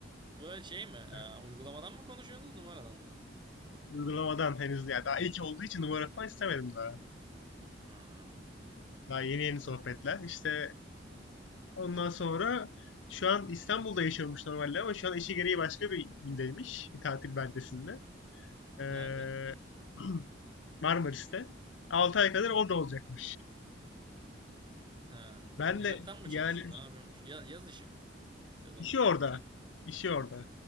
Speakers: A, on the right (about 25°); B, on the left (about 90°).
A: Bu şey mi? Ee,
B: Ee,
A: uygulamadan mı konuşuyorsunuz numaradan mı?
B: uygulamadan henüz ya daha ilk olduğu için numara falan istemedim daha.
A: Ha.
B: Daha yeni yeni sohbetler. İşte ondan sonra şu an İstanbul'da yaşıyormuş normalde ama şu an işi gereği başka bir ildeymiş. Bir tatil beldesinde. Ee,
A: Nerede?
B: <clears throat> Marmaris'te. altı ay kadar orada olacakmış.
A: Ha.
B: Ben
A: O uzaktan
B: de
A: mı
B: yani
A: çalışıyor? Ne yapıyormuş? Ya, yaz işi mi? Sezonluk.
B: işi orada. İşi orada.